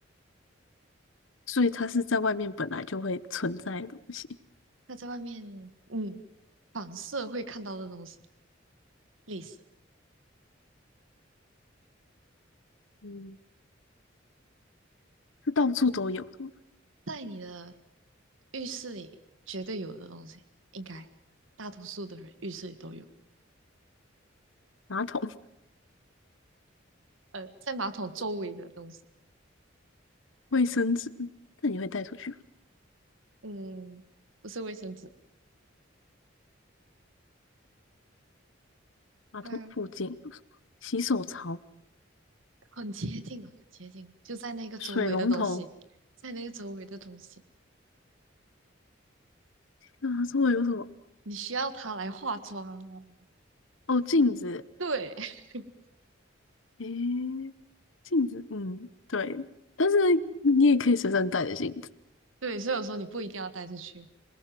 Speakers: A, on the left; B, on the right.
A: 所以它是在外面本来就会存在的东西。
B: 那在外面，嗯，反射会看到的东西，历史，
A: 嗯，是到处都有的
B: 在你的浴室里绝对有的东西，应该大多数的人浴室里都有，
A: 马桶、
B: 呃，在马桶周围的东西，
A: <laughs> 卫生纸，那你会带出去吗？
B: 嗯，不是卫生纸。
A: 马桶附近有什么？
B: 嗯，
A: 洗手槽、
B: 很接近了，很接近了，就在那个周围的东西，
A: 水龙头，
B: 在那个周围的东西，
A: 啊，这会有什么？
B: 你需要它来化妆啊。
A: 哦，镜子，
B: 对 <laughs>
A: 诶，镜子，嗯，对，但是你也可以随身带着镜子
B: 对，所以我说你不一定要带出去，